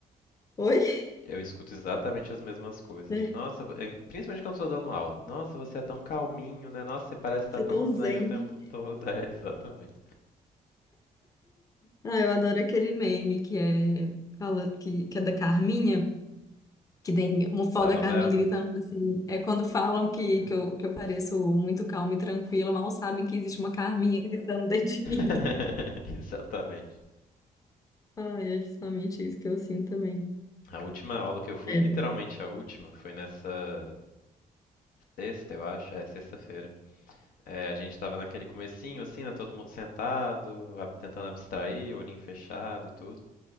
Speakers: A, on the left; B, on the left.
A: Oi? <laughs>
B: Eu escuto exatamente as mesmas coisas.
A: É,
B: De, nossa, vo- em- principalmente quando eu tô dando aula. Nossa, você é tão calminho, né? Nossa, você parece estar
A: você
B: tão
A: é tão
B: zen
A: zen.
B: o tempo todo. <laughs> É, exatamente.
A: Ah, eu adoro aquele meme que é, fala, que, que é da Carminha, que tem uma foto
B: Da
A: da
B: novela?
A: Carminha gritando assim. É quando falam que,
B: <clears throat>
A: que, eu, que eu pareço muito calma e tranquila, mal sabem que existe uma Carminha gritando dentro de mim.
B: <laughs> Exatamente.
A: <laughs> Ai, é justamente isso que eu sinto também.
B: A última aula que eu fui,
A: É.
B: literalmente a última, foi nessa sexta, eu acho. É, sexta-feira. É, a gente tava naquele comecinho, assim, né? Todo mundo sentado, ab- tentando abstrair, olhinho fechado e tudo.